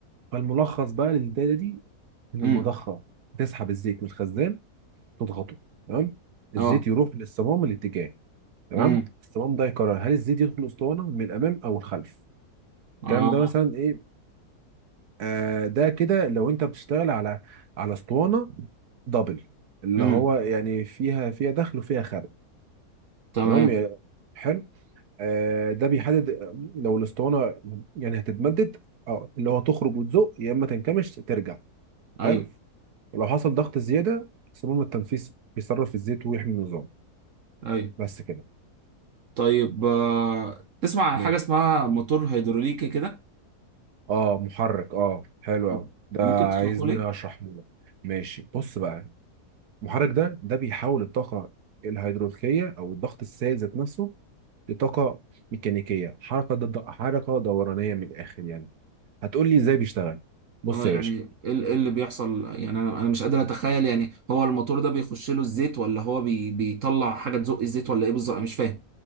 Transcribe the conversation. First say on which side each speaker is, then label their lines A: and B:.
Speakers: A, on the right; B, on the right.
A: فالملخص بقى للدايره دي ان
B: امم
A: المضخه تسحب الزيت من الخزان تضغطه تمام الزيت
B: اه
A: يروح للصمام الاتجاه تمام
B: امم
A: الصمام ده يقرر هل الزيت يدخل الاسطوانه من الامام او الخلف الكلام
B: اه
A: ده مثلا ايه آه، ده كده لو انت بتشتغل على على اسطوانه دبل اللي
B: امم
A: هو يعني فيها فيها دخل وفيها خارج
B: تمام
A: تمام يا- حلو آه، ده بيحدد لو الاسطوانه يعني هتتمدد اه اللي هو تخرج وتزق يا اما تنكمش ترجع
B: ايوه
A: حلو ولو حصل ضغط زياده صمام التنفيذ بيصرف الزيت ويحمي النظام
B: ايوه
A: بس كده
B: طيب آه. تسمع عن
A: ماشي
B: حاجه اسمها موتور هيدروليكي كده
A: اه محرك اه حلو
B: طب
A: قوي ده
B: ممكن
A: عايزني
B: تشرحه لي
A: اشرحه لك ماشي بص بقى المحرك ده ده بيحول الطاقة الهيدروليكية أو الضغط السائل ذات نفسه لطاقة ميكانيكية حركة ضد حركة دورانية من الآخر يعني هتقول لي إزاي بيشتغل بص
B: اه
A: يا
B: يعني
A: باشا
B: ايه ال- إيه اللي بيحصل يعني انا أنا مش قادر اتخيل يعني هو الموتور ده بيخش له الزيت ولا هو بي بيطلع حاجه تزق الزيت ولا ايه بالظبط أنا مش فاهم